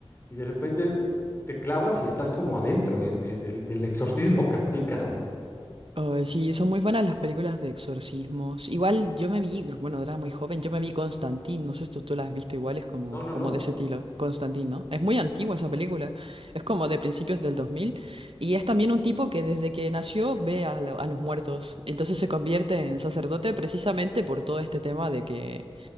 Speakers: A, on the left; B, on the right.
A: y de repente te clavas y estás como adentro de- de- del, del exorcismo <laughs> casi, casi.
B: Ay, sí, son muy buenas las películas de exorcismos. Igual yo me vi, bueno, era muy joven, yo me vi Constantine, no sé si tú, tú la has visto igual, es como,
A: No, no,
B: como
A: no.
B: de ese estilo, Constantine, ¿no? Es muy antigua esa película, es como de principios del 2000 y es también un tipo que desde que nació ve a, lo- a los muertos, entonces se convierte en sacerdote precisamente por todo este tema de que